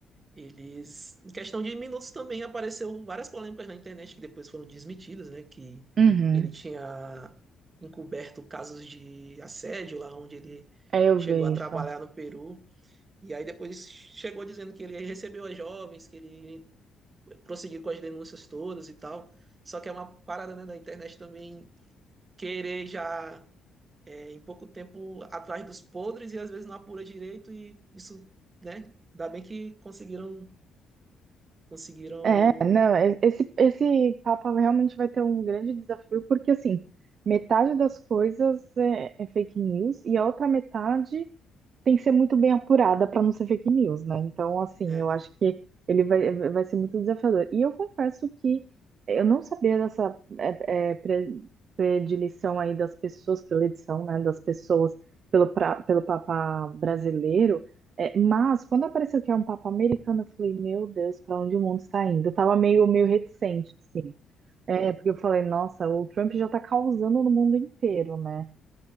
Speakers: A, on the right; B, on the right.
A: eles, em questão de minutos também apareceu várias polêmicas na internet que depois foram desmentidas, né? Que
B: Uhum.
A: ele tinha encoberto casos de assédio lá onde ele
B: É, eu
A: chegou
B: vejo.
A: a trabalhar no Peru. E aí depois chegou dizendo que ele recebeu as jovens, que ele prosseguiu com as denúncias todas e tal. Só que é uma parada né, da internet também querer já é, em pouco tempo atrás dos podres e às vezes não apura direito e isso, né? Ainda bem que conseguiram, conseguiram.
B: É, não, é- esse, esse Papa realmente vai ter um grande desafio, porque assim, metade das coisas é, é fake news e a outra metade. tem que ser muito bem apurada para não ser fake news, né? Então, assim,
A: é.
B: eu acho que ele vai, vai ser muito desafiador. E eu confesso que eu não sabia dessa é, é, pre- predileção aí das pessoas, predileção, né, das pessoas pelo, pra- pelo Papa brasileiro, É, mas quando apareceu que é um Papa americano, eu falei, meu Deus, para onde o mundo está indo? Eu tava meio, meio reticente, assim. É, porque eu falei, nossa, o Trump já tá causando no mundo inteiro, né?